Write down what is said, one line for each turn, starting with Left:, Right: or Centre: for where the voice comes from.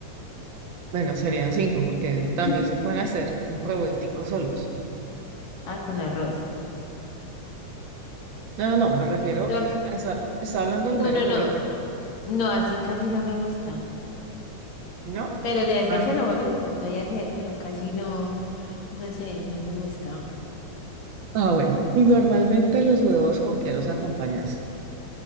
Right: bueno, serían cinco porque también
Left: <clears throat>
Right: se pueden hacer revuelticos solos.
Left: Ah, con arroz.
Right: No, no, no, me refiero
Left: Sol-
Right: a esa, estaba hablando del
Left: No,
Right: mero
Left: no,
Right: huevito,
Left: no. No, así casi no me gusta.
Right: ¿no?
Left: Pero de hacérselo,
Right: Ah,
Left: volví, se podía hacer, pero casi no, no sé, no me gusta.
Right: ah, bueno. Y normalmente los huevos con qué los acompañas.